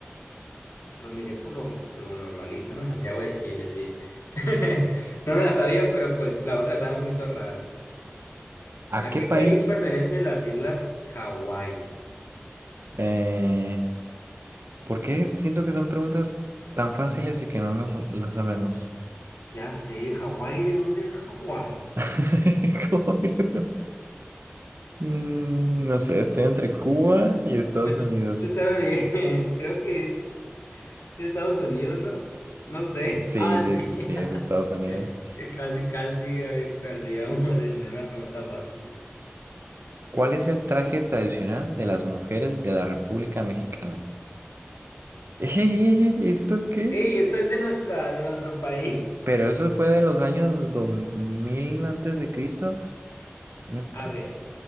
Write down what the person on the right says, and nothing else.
¿A
qué
país?
Eh, ¿Por qué siento que son preguntas tan fáciles y que no nos las sabemos?
<laughs> Como yo. Mm, no sé, estoy entre Cuba y Estados
Unidos.
Sí,
sí,
sí,
es Estados Unidos.
¿Cuál es el traje tradicional de las mujeres de la República Mexicana? <laughs> ¡Ey! ¿Esto qué?
Pero eso fue de los años 2000 antes de Cristo.
Esto-